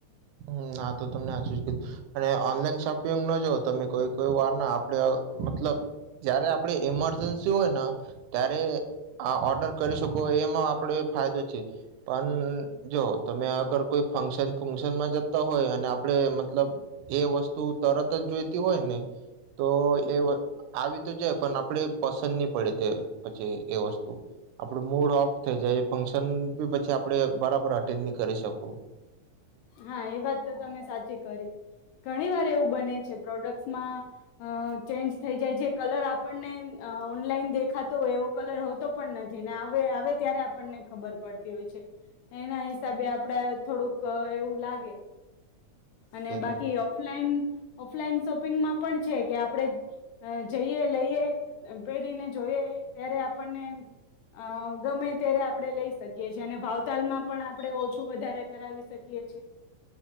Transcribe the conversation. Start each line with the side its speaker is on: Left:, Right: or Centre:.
Right: હમ્મ આ તો તમને હાચુંજ કી અને ઓનલાઈન શોપિંગનો જો તમે કોઈ કોઈ વાર ના આપડે ઓ મતલબ જયારે આપડે ઇમરજન્સી હોયને ત્યારે આ ઓર્ડર કરી શકો એમાં આપણે ફાયદો છે. પણ જો તમે અગર કોઈ ફક્શન ફશન શનમાં જતા હોય અને આપડે મતલબ એ વસ્તુ તરત જ જોઈતી હોય ને તો એ આવી તો જાય પણ આપડે પસંદ નહી પડે તે પછી એ વસ્તુ આપડું મૂડ ઓફ થઈ જાય એ ફક્શન બી પછી આપડે બરાબર કરી શકો
Left: હા એ વાત તો તમે સાચી કરી ઘણી વાર એવું બને છે પ્રોડક્ટ્સમાં ચેન્જ થઈ જાય જે કલર આપણને ઓનલાઈન દેખાતો હોય એવો કલર હોતો પણ નથી ને આવે ત્યારે આપણને ખબર પડતી હોય છે એના હિસાબે આપડે થોડુંક એવું લાગે અને
Right: એજ
Left: બાકી
Right: ને
Left: ઓફલાઈન ઓફલાઈન શોપિંગમાં પણ છે કે આપડણે જઈએ લઈએ પહેરીને જોઈ ત્યારે આપણને અ ગમે ત્યારે આપડણે લઈ કી અને ભાવતાલ માં પણ આપ આપડે ઓછું વધારે કરાવી શકીએ છીએ